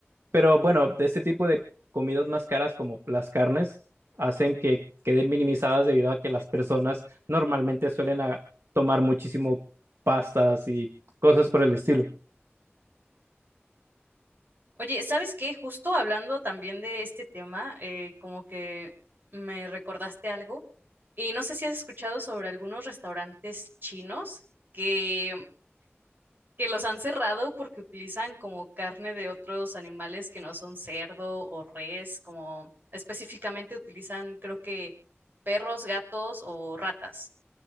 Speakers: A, on the right; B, on the right.
A: pero bueno, de este tipo de comidas más caras como las carnes hacen que queden minimizadas debido a que las personas normalmente suelen a- tomar muchísimo pastas y cosas por el estilo.
B: Oye, ¿sabes qué? Justo hablando también de este tema, eh, como que me recordaste algo y no sé si has escuchado sobre algunos restaurantes chinos que, que los han cerrado porque utilizan como carne de otros animales que no son cerdo o res, como específicamente utilizan creo que perros, gatos o ratas.